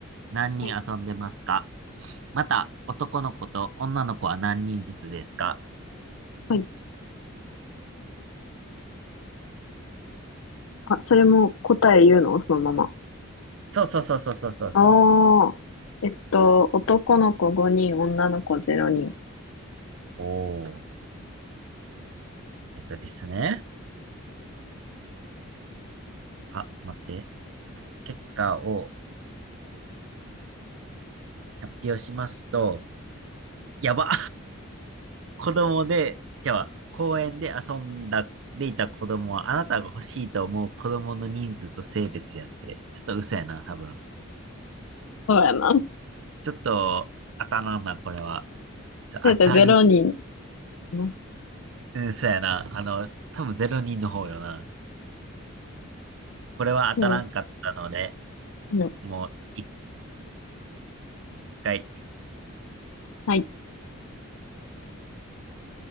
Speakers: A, on the right; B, on the left.
A: 何人遊んでますか
B: うはい。
A: また、男の子と女の子は何人ずつですか
B: はいあ、それも答え言うのそのまま。
A: そうそうそうそうそうそうそう。
B: ああえっと、男の子5人、女の子0人。
A: おー。えっとですね。あ、待って。結果を発表しますと、やば。子供で、じゃあ、公園で遊んだ、でいた子供は、あなたが欲しいと思う子供の人数と性別やって、ちょっと嘘やな、多分。
B: そうやな。
A: ちょっと、当たらんな、これは。ちょ当たる。
B: だってロ人。うん
A: うん、そうやな。あの、多分ゼロ人の方よな。これは当たらんかったので、
B: うん、うん、
A: もう一回。
B: はい、